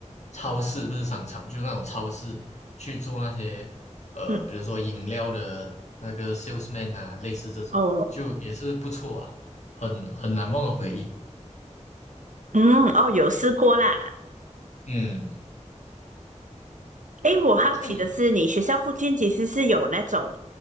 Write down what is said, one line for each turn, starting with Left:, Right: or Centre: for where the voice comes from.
Left: 超市，不是商场，就那种超市去做那些呃，
Right: 嗯
Left: 比如说饮料的那个 salesman 啊，类似这种，
Right: 哦
Left: 就也是不错啊，很很难忘的回忆。
Right: 嗯哦，有试过啦。
Left: 嗯，
Right: 哎，我好奇的是，
Left: 这样你
Right: 你学校附近其实是有那种